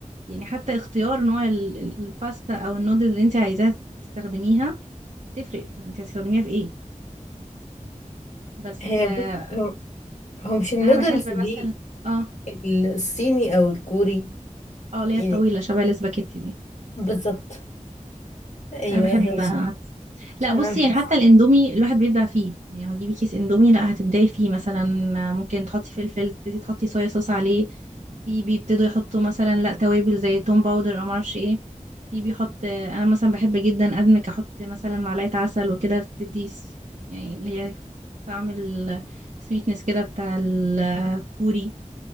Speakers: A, on the right (about 60°); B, on the left (about 60°).
A: يعني حتى اختيار نوع ال- ال- الباستا او النودلز اللي انت عايزاها تستخدميها بتفرق انت هتستخدميها في ايه بس
B: هي
A: آه،
B: بص هو هو مش النودلز
A: انا بحب
B: دي
A: مثلا اه
B: الصيني او الكوري
A: اه اللي
B: يعني
A: هي الطويله شبه الاسباجيتي دي
B: بالظبط ايوه
A: انا بحب ايوه لا
B: عشان
A: بصي
B: انا حاسه
A: يعني حتى الاندومي الواحد بيبدع فيه يعني هتجيبي كيس اندومي لا هتبدعي فيه مثلا ممكن تحطي فلفل تبتدي تحطي صويا صوص عليه في بيبتدوا يحطوا مثلا لا توابل زي توم باودر او معرفش ايه في بيحط انا مثلا بحب جدا ادمك احط مثلا معلقه عسل وكده بتدي س- يعني اللي هي طعم السويتنس كده بتاع الكوري